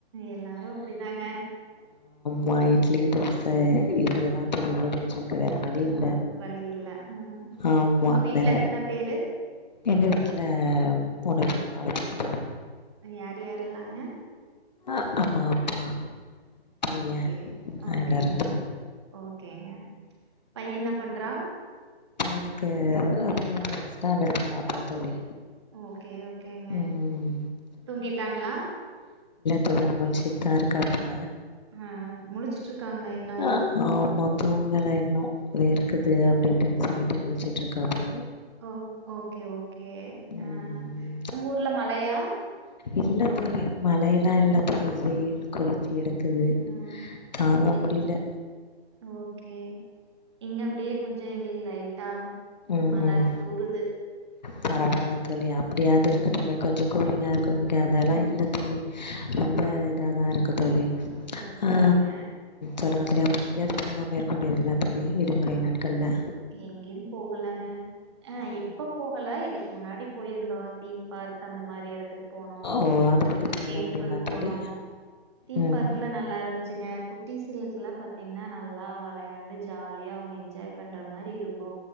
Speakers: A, on the right; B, on the left.
A: எல்லாரு அப்படிதாங்க
B: மா இட்லி தோஸ் ச இப்டியே தா துடி ஓடி வேற வழி
A: ஆ
B: இல்ல
A: வழி இல்ல ஆ
B: ஆமா
A: உங்க வீட்ல
B: வேற
A: எத்தன பேரு
B: எங்க வீட்டுல உனக் நாலு பேர் தோழி
A: யார் யாரெல்லாங்க
B: ஆஹ் அம்மா அப்பா பைய
A: ஓகே
B: அ
A: ஓகேங்க
B: எல்லாரு தோழி
A: ஓகேங்க பையன் என்ன பண்றா
B: எனக்கு பைய <unintelligible> ஃபஸ்ட் ஸ்டாண்டடு போற அப்புற தோழி
A: ஓகே ஓகேங்க
B: ம்
A: தூங்கிட்டாங்ளா
B: பெருயவ மூழிச்சிட்டு தா இருக்காப்ல
A: ஆ முழிச்சுட்டு இருக்காங்களா இன்னும்?
B: அஹ் ஆமா தூங்கல என் நோ இருக்குது அப்டி இப்டின்னு சொல்லிட்டு முழ்சுட்ருக்காப்புல
A: ஓ ஓகே ஓகே
B: ம்
A: அஹ் உங்க ஊர்ல மழையா
B: இல்லத்தோழி மழையெல்லாம் இல்லத்தோழி வெயில் குளி தி எடுக்குது
A: ம்.
B: தாங்க
A: இங்க
B: முடியல
A: ஓகே. இங்க அப்டியே கொஞ்ச எங்ளுக்கு லை ட்டா உ
B: ம்
A: மழ
B: ம்
A: தூறுது
B: பரவால்ல தோழி அப் அப்டியாது இருக்கட்டுமே
A: ம்.
B: கொஞ்ச கூலிங்கா இங்க அதெல்லா
A: ம்,
B: இல்ல தோழி ரொம்ப
A: அதாங்க.
B: இதா தான் இருக்கு தோழி
A: ஓகேங்க.
B: ஆ சொல்லுங்க தோழி அப் இப்ப எங்யாது பயணம் மேற்கொண்டீர்களா தோழி விடுமுறை நாட் கல்லா
A: எங்கேயும் போகலங்க ஆ இப்ப போகல இதுக்கு முன்னாடி போய் <unintelligible> இருந்தோ தீம் பார்க் அந்த மாரி இடத் துக் போனோ
B: ஓ அத பத்தி பகிர
A: டெம்பிள்
B: முடியுமா
A: போனோ
B: தோழி
A: தீம்
B: ம்
A: பார்க்லா நல்லா இருந்துச்சுங்க குட் டீசலுக்கெல்லா பாத்தீங்ன்னா நல்லா விளையாண்டு ஜாலியா அவுங்க என்ஜாய் பண்ற மாரி இருக் கு